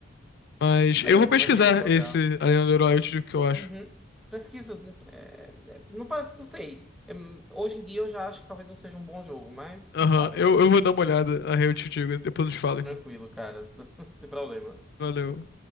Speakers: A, on the left (about 60°); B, in the centre.
A: Mas
B: Aí
A: eu
B: eu
A: vou
B: ainda
A: pesquisar
B: não cheguei a jogar.
A: esse Arena do Herói, eu te que eu acho.
B: Uhum. Pesquisa. é- é- não parece, não sei. É, hoje em dia eu já acho que talvez não seja um bom jogo, mas quem
A: Aham,
B: sabe,
A: eu,
B: né?
A: eu vou dar uma olhada, aí eu te digo, depois eu te falo,
B: Tranquilo,
A: irmão.
B: cara. <laughs> Sem problema.
A: Valeu.